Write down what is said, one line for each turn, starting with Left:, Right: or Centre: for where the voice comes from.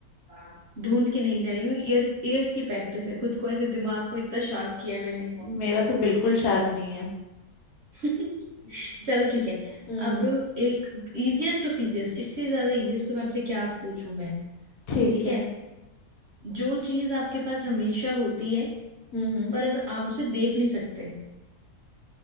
Right: <laughs> ढूंढ के नहीं लाई हूँ ईयर्स ईयर्स की प्रैक्टिस है खुद को ऐसे दिमाग को इतना शार्प किया है मैंने
Left: मेरा तो बिल्कुल शार्प नहीं है
Right: <laughs> चलो ठीक है
Left: हम्म
Right: अब एक इजिएस्ट ऑफ इजिएस्ट इससे ज्यादा इजिएस्ट तो मैं आपसे क्या पूछूं मैं
Left: ठीक
Right: ठीक
Left: है
Right: है जो चीज आपके पास हमेशा होती है
Left: हम्म हम्म
Right: पर आप उसे देख नहीं सकते